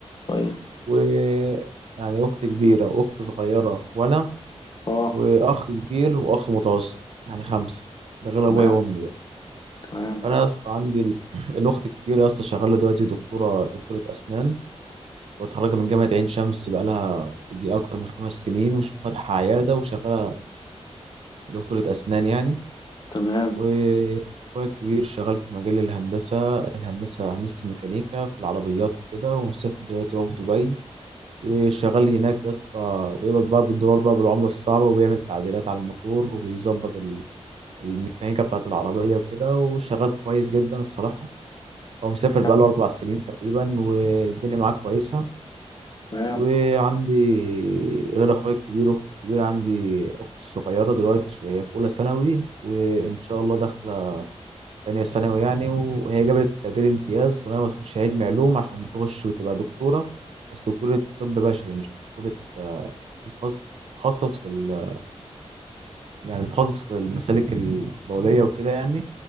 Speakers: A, on the left (about 40°); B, on the right (about 60°).
A: كويس
B: و يعني أخت كبيرة وأخت صغيرة وأنا
A: اه
B: وأخ كبير وأخ متوسط يعني خمسة ده غير
A: تمام
B: أبويا وأمي بقى
A: تمام
B: أنا يا اسطى عندي ال... <clears throat> <laughs> الأخت الكبيرة يا اسطى شغالة دلوقتي دكتورة دكتورة أسنان متخرجة من جامعة عين شمس بقالها يجي أكتر من خمس سنين وفاتحة عيادة وشغالة دكتورة أسنان يعني
A: تمام
B: وأخويا الكبير شغال في مجال الهندسة الهندسة هندسة الميكانيكا في العربيات وكده ومسافر دلوقتي هو في دبي وشغال هناك يا اسطى ويقبض بقى بالدولار بقى بالعملة الصعبة وبيعمل تعديلات على الموتور وبيظبط ال- الميكانيكا بتاعة العربية وكده وشغال كويس جدا الصراحة هو مسافر
A: تمام
B: بقاله أربع سنين تقريبا والدنيا معاه كويسة
A: تمام.
B: وعندي غير اخويا الكبير واختي الكبيره عندي اختي الصغيره دلوقتي ش- هي في اولى ثانوي وان شاء الله داخله تانية ثانوي يعني وهي جابت تقدير امتياز وناويه تخش علم علوم عشان تخش وتبقى دكتوره بس دكتوره طب بشري مش دكتوره آه، بتخصص تتخصص في ال... يعني تتخصص في المسالك البوليه وكده يعني